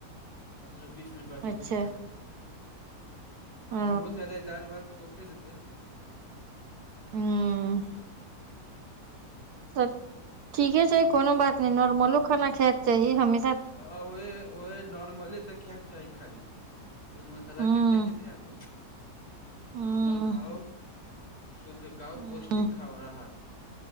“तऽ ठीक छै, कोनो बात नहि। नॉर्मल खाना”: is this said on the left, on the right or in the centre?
Right